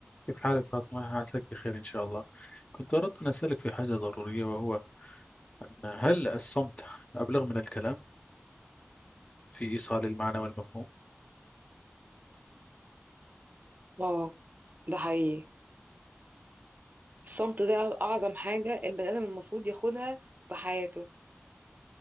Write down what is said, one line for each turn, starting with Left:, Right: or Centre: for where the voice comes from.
Left: كيف حالك فاطمة؟ عساك بخير إن شاء الله. كنت أردت أن أسألك في حاجة ضرورية وهو أن هل الصمت أبلغ من الكلام في إيصال المعنى والمفهوم؟
Right: اه ده حقيقي الصمت ده اعظم حاجة البني ادم المفروض ياخدها في حياته